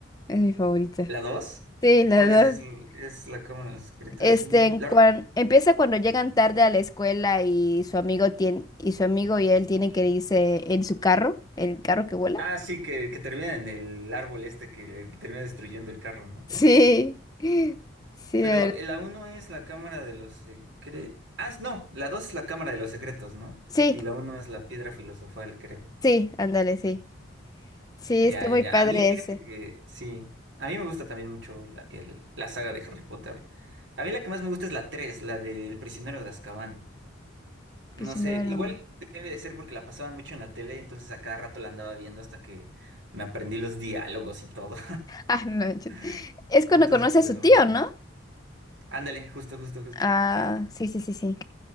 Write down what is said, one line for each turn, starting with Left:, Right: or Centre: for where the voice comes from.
Left: Es mi favorita.
Right: ¿La dos
Left: Sí, la
Right: ¿Cuál es? ¿Es,
Left: dos.
Right: l- es la Cámara de los Secretos?
Left: Este,
Right: Sí.
Left: en
Right: La
Left: cuan-
Right: or-
Left: empieza cuando llegan tarde a la escuela y su amigo tiene, y su amigo y él tienen que irse en su carro, el carro que vuela.
Right: Ah, sí, que, que termina en el árbol este que le termina destruyendo el carro, ¿no?
Left: Sí, <laughs> sí,
Right: Pero
Left: ver-
Right: eh, la uno es la Cámara de los Secretos. Ah, no, la 2 es la Cámara de los Secretos, ¿no?
Left: sí,
Right: Y la uno es la Piedra Filosofal, creo.
Left: sí, ándale, sí. Sí,
Right: Ya,
Left: está
Right: ya,
Left: muy
Right: ya.
Left: padre
Right: A mí, fíjate
Left: ese.
Right: que sí. A mí me gusta también mucho la, el- la saga de Harry Potter. A mí la que más me gusta es la 3, la del prisionero de Azkaban.
Left: Prisionero.
Right: No sé, igual debe de ser porque la pasaban mucho en la tele, entonces a cada rato la andaba viendo hasta que me aprendí los diálogos y todo.
Left: Ah, no, yo-
Right: <laughs>
Left: es cuando
Right: Entonces,
Left: conoce
Right: por
Left: a su
Right: eso me
Left: tío,
Right: gustó
Left: ¿no?
Right: mucho. Ándale, justo, justo, justo.
Left: Ah, sí, sí, sí, sí.